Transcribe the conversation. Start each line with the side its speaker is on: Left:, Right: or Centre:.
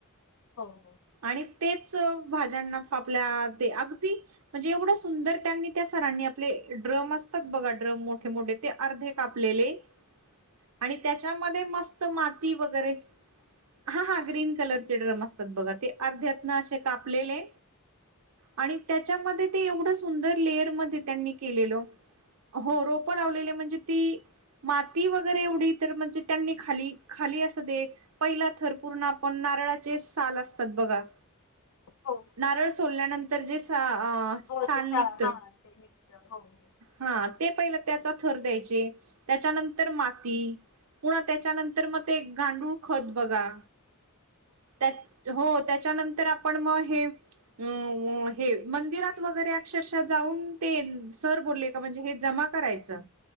Left: हो हो.
Right: आणि तेच भाज्यांना आपल्या ते अगदी म्हणजे एवढस सुंदर त्यांनी त्या सरांनी आपले ड्रम असतात बघा ड्रम मोठे, मोठे ते अर्धे कापलेले. आणि त्याच्यामध्ये मस्त माती वगैरे हा हा ग्रीन कलरचे ड्रम असत ते अर्ध्यात असे कापलेले आणि त्या त्याच्यामध्ये ते एवढं सुंदर लेअर मध्ये त्यांनी केलं हो रोप लावले म्हणजे ती माती वगैरे एवढी तर म्हणजे त्यांनी खाली, खाली असं दे पहिला थर पूर्ण आपण नारळाचे साल असतात बघा.
Left: हो.
Right: नारळ सोलल्यानंतर जे सा साल
Left: हो ते हा
Right: निघत
Left: ते मित्र हो हो.
Right: हा ते पहिले त्याचा थर द्यायचे. त्याच्यानंतर माती पुन्हा त्याच्यानंतर मग ते गांडूळ खत बघा. त्या हो त्याच्यानंतर आपण मग हे अ हे मंदिरात वगैरे अक्षरशः जाऊन ते सर बोलले का म्हणजे हे जमा करायच